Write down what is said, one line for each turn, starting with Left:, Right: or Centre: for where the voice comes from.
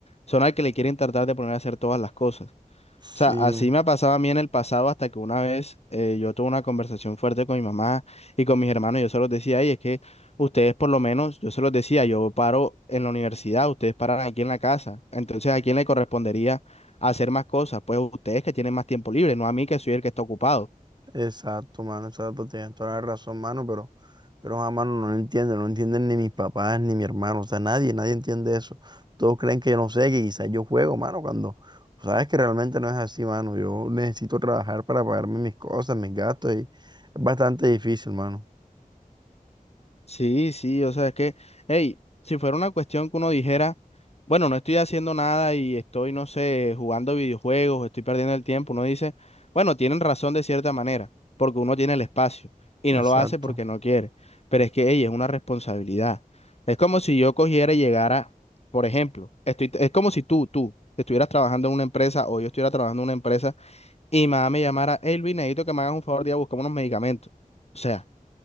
Left: son al que le quieren tratar de poner a hacer todas las cosas.
Right: Sí,
Left: O sea, así me ha pasado a mí en el pasado hasta que una vez eh, yo tuve una conversación fuerte con mi mamá y con mis hermanos. y Yo se los decía, y es que ustedes por lo menos, yo se los decía, yo paro en la universidad, ustedes paran aquí en la casa. Entonces, ¿a quién le correspondería hacer más cosas? Pues ustedes que tienen más tiempo libre, no a mí que soy el que está ocupado.
Right: Exacto, mano, exacto, tienes toda la razón, mano, pero, pero a mano no lo entienden, no lo entienden ni mis papás, ni mi hermano, o sea, nadie, nadie entiende eso. Todos creen que yo no sé, que quizás yo juego, mano, cuando sabes que realmente no es así, mano. Yo necesito trabajar para pagarme mis cosas, mis gastos, y es bastante difícil, mano.
Left: Sí, sí, o sea, es que, hey, si fuera una cuestión que uno dijera, bueno, no estoy haciendo nada y estoy, no sé, jugando videojuegos, estoy perdiendo el tiempo, uno dice, bueno, tienen razón de cierta manera, porque uno tiene el espacio y
Right: Exacto.
Left: no lo hace porque no quiere, pero es que, hey, es una responsabilidad. Es como si yo cogiera y llegara, por ejemplo, estoy, es como si tú, tú, estuvieras trabajando en una empresa o yo estuviera trabajando en una empresa y mamá me llamara, hey, Luis, necesito que me hagas un favor de ir a buscar unos medicamentos. O sea.